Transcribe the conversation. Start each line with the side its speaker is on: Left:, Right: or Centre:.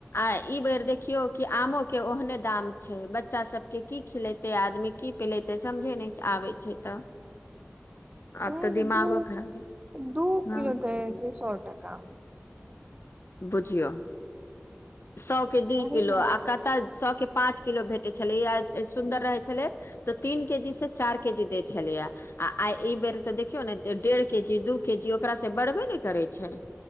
Left: आइ ई बेर देखियो कि आमो के ओहने दाम छै बच्चा सब के की खिलेत ते आदमी की पिलेते समझे नहि आबै छै तऽ आब
Right: ओहू
Left: तऽ दिमागो खराब
Right: दूप
Left: हँ
Right: किलोतै सए कमे
Left: बुझौ सए के दी
Right: वही
Left: किलो
Right: न
Left: आ कत सए के पांच किलो भेटे छले सुन्दर रहे छले तऽ तीन के जी से चारि के जी देय छलियया आ आइ ई बेर तऽ देखियौ ने डेढ़ के जी दू के जी ओकरा से बढ़बे ने करे छै